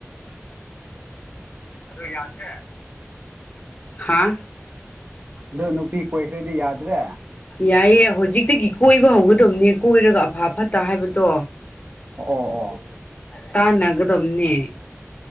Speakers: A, on the left (about 35°); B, on the right (about 35°).
A: ꯑꯗꯨ ꯌꯥꯗꯦ ꯍꯥ
B: ꯑꯗꯣ ꯅꯨꯄꯤ ꯀꯣꯏꯈ꯭ꯔꯗꯤ ꯌꯥꯗ꯭ꯔꯦ
A: ꯌꯥꯏꯌꯦ ꯍꯧꯖꯤꯛꯇꯒꯤ ꯀꯣꯏꯕ ꯍꯧꯒꯗꯧꯅꯦ ꯀꯣꯏꯔꯒ ꯑꯐ ꯐꯠꯇ ꯍꯥꯏꯕꯗꯣ
B: ꯑꯣ ꯑꯣ
A: ꯇꯥꯟꯅꯒꯗꯕꯅꯦ